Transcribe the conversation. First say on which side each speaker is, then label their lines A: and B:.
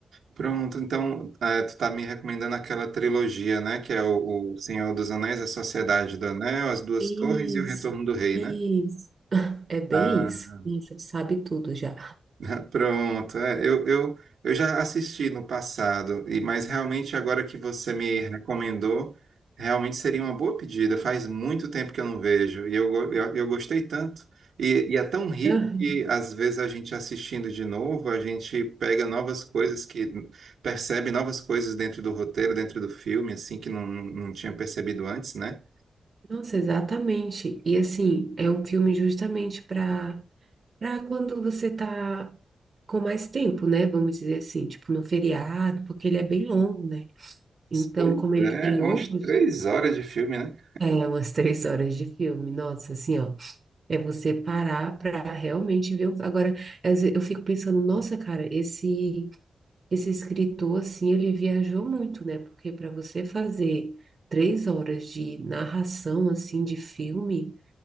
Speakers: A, on the right (about 80°); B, on the right (about 50°).
A: Pronto, então, eh, tu tá me recomendando aquela trilogia, né? Que é o, o Senhor dos Anéis, A Sociedade do Anel, As Duas
B: Isso,
A: Torres e O Retorno do Rei,
B: isso.
A: né?
B: <laughs> É bem
A: Ah.
B: isso. Nossa, sabe tudo já.
A: <laughs> Pronto, é, eu, eu, eu já assisti no passado, e mas realmente agora que você me recomendou, realmente seria uma boa pedida. Faz muito tempo que eu não vejo, e eu, go- eu, eu gostei tanto. E, e é tão rico
B: Aham.
A: que às vezes a gente assistindo de novo, a gente pega novas coisas que percebe novas coisas dentro do roteiro, dentro do filme, assim, que não, não tinha percebido antes, né?
B: Nossa, exatamente. E assim, é um filme justamente para para quando você tá com mais tempo, né? Vamos dizer assim, tipo no feriado, porque ele é bem longo, né? Então,
A: Pois
B: como ele
A: é,
B: tem
A: é
B: outros,
A: umas três horas de filme, né?
B: é umas três horas de filme, nossa, assim, ó, é você parar para realmente ver. o- Agora, às ve- eu fico pensando, nossa, cara, esse Esse escritor, assim, ele viajou muito, né? Porque para você fazer três horas de narração, assim, de filme,